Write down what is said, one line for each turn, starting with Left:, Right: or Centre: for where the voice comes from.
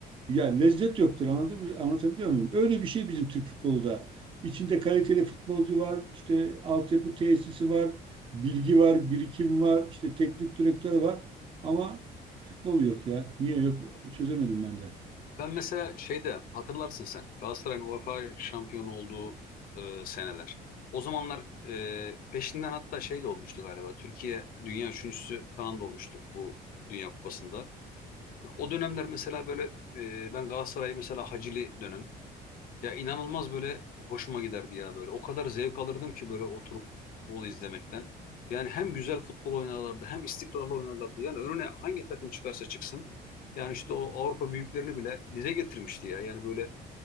Right: ya lezzet yoktur. Anladın mı? Anlatabiliyor muyum? Öyle bir şey bizim Türk futbolu da. İçinde kaliteli futbolcu var, işte altyapı tesisi var, bilgi var, birikim var, işte teknik direktörü var. Ama futbol yok ya. Niye yok? Çözemedim ben de.
Left: Ben mesela şeyde hatırlarsın sen Galatasaray'ın UEFA şampiyonu olduğu e, seneler. O zamanlar e, peşinden hatta şey de olmuştu galiba. Türkiye dünya üçüncüsü falan da olmuştuk bu Dünya Kupası'nda. O dönemler mesela böyle e, ben Galatasaray'ı mesela Hacili dönem Ya inanılmaz böyle hoşuma giderdi ya böyle. O kadar zevk alırdım ki böyle oturup futbol izlemekten. Yani hem güzel futbol oynarlardı hem istikrarlı oynarlardı. Yani önüne hangi takım çıkarsa çıksın. Yani işte o Avrupa büyüklerini bile dize getirmişti ya. Yani böyle